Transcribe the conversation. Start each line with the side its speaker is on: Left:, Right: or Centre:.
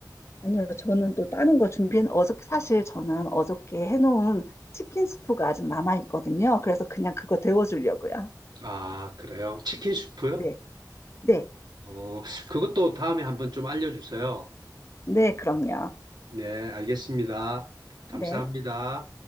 Left: 아니요, 저는 또 다른 거 준비해, 어저께, 사실 저는 어저께 해놓은 치킨 스프가 아직 남아있거든요. 그래서 그냥 그거 데워주려고요.
Right: 아, 그래요. 치킨 수프요?
Left: 네, 네.
Right: 어, 그것도 다음에 한번 좀 알려주세요.
Left: 네, 그럼요.
Right: 네, 알겠습니다. 감사합니다.
Left: 네.